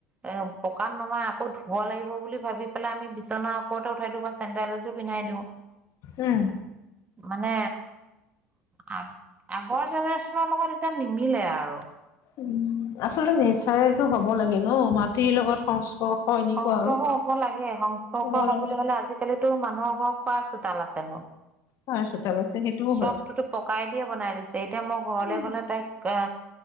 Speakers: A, on the right; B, on the left.
A: এ, পকাত নমাই আকৌ ধুব লাগিব বুলি ভাবি পেলাই আমি বিচনাৰ ওপৰতে উঠাই দিবো চাওঁ। চেণ্ডেল এজোৰ পিন্ধাই দিওঁ
B: উম
A: মানে অ আগৰ জেনেৰেশ্যনৰ লগত এতিয়া নিমিলে আৰু
B: উম আচলতে নেচাৰেলেটো হব লাগে ন মাটিৰ লগত সংস্পৰ্শ এনেকুৱা
A: সংস্পৰ্শ
B: আৰু
A: হ'ব লাগে সংস্পৰ্শ
B: হ'ব
A: হবলৈ
B: লাগে
A: হ'লে আজিকালি টো মানুহৰ ঘৰত কাৰ চোতাল আছে নু
B: কাৰ চোতাল আছে সেইটোও
A: চবটোটো
B: হয়
A: পকাই দিয়ে বনাই দিছে এতিয়া মই ঘৰলে
B: উম
A: গ'লে তাইক আহ